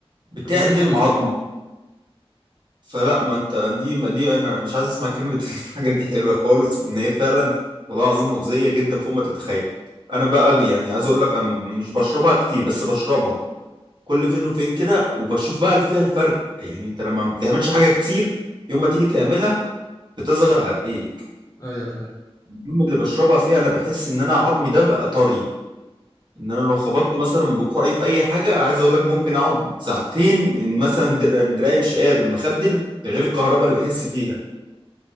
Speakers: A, on the right; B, on the left.
A: بتعدم
B: دي حاجه تانية
A: عظمه
B: اه ماشي.
A: فلا ما انت دي ما دي انا مش عايز اسمع كلمه <laughs> الحاجات دي حلوه خالص ان هي فعلا والله العظيم مؤذيه جدا فوق ما تتخيل انا بقى يعني عايز اقول لك انا مش بشربها كتير بس بشربها كل فين وفين كده وبشوف بقى فيها الفرق يعني انت لما ما بتعملش حاجه كتير يوم ما تيجي تعملها بتظهر عليك
B: ايوه فاهم
A: اليوم اللي بشربها فيه انا بحس ان انا عظمي ده بقى طري ان انا لو خبطت مثلا بكوعي في اي حاجه عايز اقول لك ممكن اقعد ساعتين إن مثلا در- دراعي مش قادر مخدل غير الكهرباء اللي بحس فيها